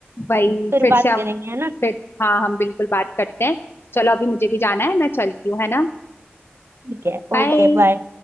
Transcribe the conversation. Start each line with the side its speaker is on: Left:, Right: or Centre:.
Left: भाई
Right: फिर
Left: फिर
Right: बात
Left: से
Right: करेंगे है ना
Left: फिर हाँ हम बिल्कुल बात करते हैं चलो अभी मुझे भी जाना है मैं चलती हूँ है ना
Right: ठीक है
Left: बाय
Right: ओके बाय